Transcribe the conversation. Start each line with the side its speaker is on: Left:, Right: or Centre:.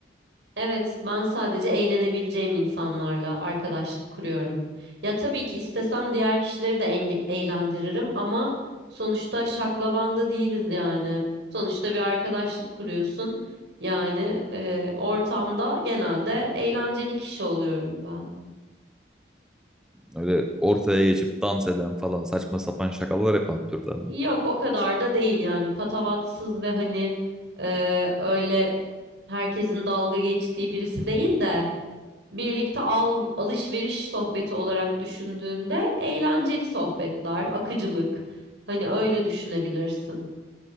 Right: Evet, ben sadece eğlenebileceğim insanlarla arkadaşlık kuruyorum. Ya tabii ki istesem diğer kişileri de enge- eğlendiririm ama sonuçta şaklabanda değiliz yani. Sonuçta bir arkadaşlık kuruyorsun. Yani e, ortamda genelde eğlenceli kişi oluyorum ben.
Centre: Öyle ortaya geçip dans eden falan saçma sapan şakalar yapan türden.
Right: Yok o kadar da değil yani patavatsız ve hani e, öyle herkesin dalga geçtiği birisi değil de. birlikte al, alışveriş sohbeti olarak düşündüğünde eğlenceli sohbetler, akıcılık. Hani öyle düşünebilirsin.